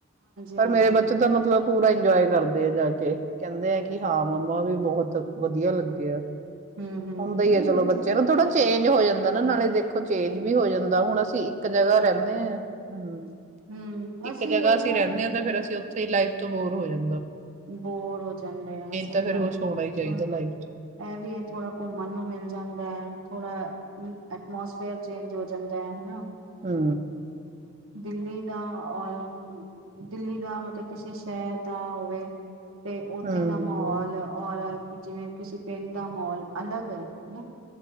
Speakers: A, on the right; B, on the right.
A: ਪਰ
B: ਹਾਂਜੀ-ਹਾਂਜੀ
A: ਮੇਰੇ ਬੱਚੇ ਦਾ ਮਤਲਬ ਪੂਰਾ ਇੰਜੋਏ ਕਰਦੇ ਆ ਜਾ ਕੇ ਕਹਿੰਦੇ ਆ ਕਿ ਹਾਂ ਮੰਮਾ ਵੀ ਬਹੁਤ ਵਧੀਆ ਲੱਗੇ ਆ
B: ਹੂੰ-ਹੂੰ
A: ਹੁੰਦਾ ਈ
B: ਨਈ
A: ਐ ਚਲੋ
B: ਬੱਚਾ
A: ਬੱਚੇ ਨੂੰ ਥੋੜਾ ਜ ਚੇਂਜ ਹੋ ਜਂਦ ਨਾ-ਨਾ ਨਾਲੇ ਦੇਖੋ ਚੇਂਜ ਵੀ ਹੋ ਜਾਂਦਾ ਹੁਨ ਅਸੀਂ ਇੱਕ ਜਗ੍ਹਾਂ ਰੈਂਦੇ ਆਂ ਹੰ,
B: ਹੂੰ
A: ਇੱਕ
B: ਅਸੀਂ
A: ਜਗ੍ਹਾਂ
B: ਉਹੀ
A: ਸ
B: ਨਾ
A: ਰੈਂਨੇ ਆਂ ਤਾਂ ਫੇਰ ਅਸੀ ਔਥ ਫੇਰ ਲਾਈਫ ਤੋਂ ਬੋਰ ਹੋ ਜਾਂਦ
B: ਬੋਰ ਹੋ ਜਾਂਦੇ ਆਂ ਸਈ
A: ਤਾਂ ਫਿਰ
B: ਗੱਲ
A: ਕੁਛ
B: ਐ
A: ਹੋਣਾ ਹੀ ਚਾਹੀਦਾ ਲਾਈਫ 'ਚ
B: ਐ ਵੀ ਏ ਥੋੜਾ ਘੁੰਮਨ ਨੂੰ ਮਿਲ ਜਾਂਦੈ। ਥੋੜਾ ਐਟਮੋਸਫੇਅਰ ਚੇਂਜ ਹੋ ਜਾਂਦਾ ਐ ਹਨਾ।
A: ਹੰ
B: ਦਿੱਲੀ ਦਾ ਔਰ ਦਿੱਲੀ ਦਾ ਮਤਲਬ ਕਿਸੇ ਸ਼ਹਿਰ ਦਾ ਔ <unintelligible> ਤੇ ਔਥੇ
A: ਹਮ
B: ਦਾ ਮਾਹੌਲ ਔਰ ਜਿਵੇਂ ਕਿਸੀ ਪਿੰਡ ਦਾ ਮੌਲ ਅਲੱਗ ਏ ਹੇਨਾ